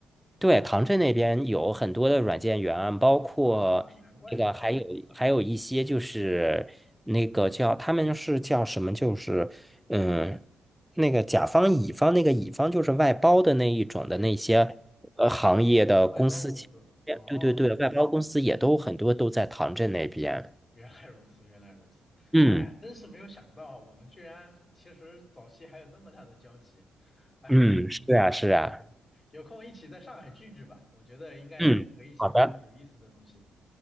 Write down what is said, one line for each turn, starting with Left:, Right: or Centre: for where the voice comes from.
Centre: 对，唐镇那边有很多的软件园，包括那个还有还有一些就是那个叫他们是叫什么，
Left: 啊难怪，
Centre: 就是嗯，那个甲方乙方那个乙方就是外包的那一种的那些呃行业的公司，
Left: 对对，啊外包公司，哦
Centre: 对对对，外包公司也都很多都在唐镇那边。
Left: ，OK，原来如此，原来如此，
Centre: 嗯
Left: 哎呀，真是没有想到，我们居然其实早期还有这么大的交集。哎。
Centre: 嗯，是啊是啊，
Left: 嗯，行，有空一起在上海聚聚吧，我觉得应该能回忆起好多有意思的东西。
Centre: 嗯，好的，